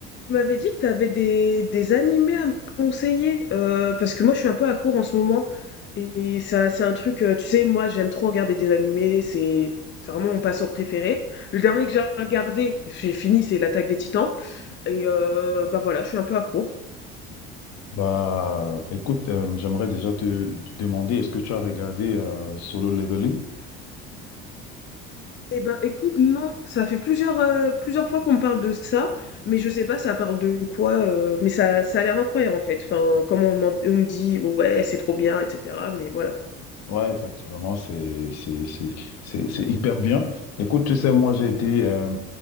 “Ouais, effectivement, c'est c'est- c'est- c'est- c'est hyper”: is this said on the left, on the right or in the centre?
Left